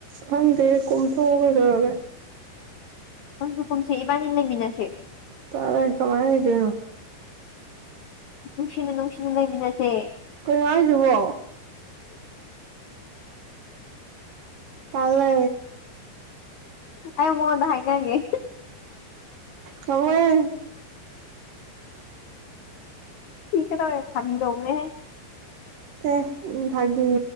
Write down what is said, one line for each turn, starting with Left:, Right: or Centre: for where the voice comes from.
Right: ꯍꯪꯗ ꯀꯝ ꯊꯒꯗꯒ
Left: ꯅꯪꯁꯨ ꯀꯨꯝꯁꯦ ꯏꯕꯥꯅꯤ ꯂꯩꯃꯤꯟꯅꯁꯦ
Right: ꯇꯥꯔꯦ ꯀꯃꯥꯏꯗꯅꯣ
Left: ꯅꯨꯡꯁꯤꯅ ꯅꯅꯨꯡꯁꯤꯅ ꯂꯩꯃꯤꯅꯁꯦ
Right: ꯀꯩꯅ ꯍꯥꯏꯁꯤꯕꯣ ꯇꯜꯦ
Left: ꯑꯩ ꯃꯉꯣꯟꯗ ꯍꯥꯏꯅꯤꯡꯉꯦ
Right: ꯇꯋ
Left: ꯊꯀꯦ ꯇ ꯐꯪꯅꯤꯗꯧꯒꯦ
Right: ꯑꯦꯦ ꯎ ꯐꯥꯒꯤ